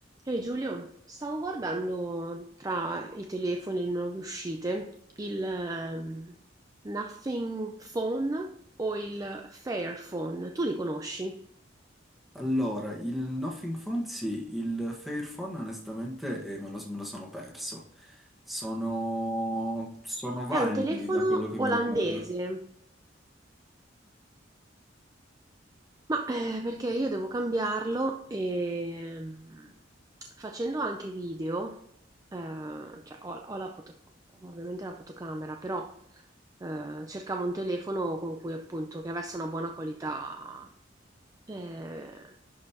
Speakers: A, on the right; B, in the centre.
A: Ehi Giulio, stavo guardando tra i telefoni e le nuove uscite il ehm, Nothing Phone o il Fairphone, tu li conosci?
B: Allora, il Nothing Phone sì, il Fairphone onestamente eh, me lo, me lo sono perso. Sono, sono validi
A: È un telefono
B: da quello che
A: olandese
B: mi ricordo.
A: Ma, ehm, perché io devo cambiarlo, ehm, facendo anche video, ehm, cioè ho ho la foto ovviamente la fotocamera, però, ehm, cercavo un telefono con cui appunto che avesse una buona qualità, ehm,